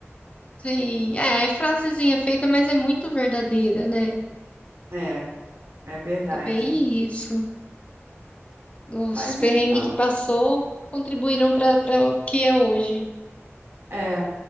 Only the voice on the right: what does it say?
É, é verdade.
Mas
então.
É.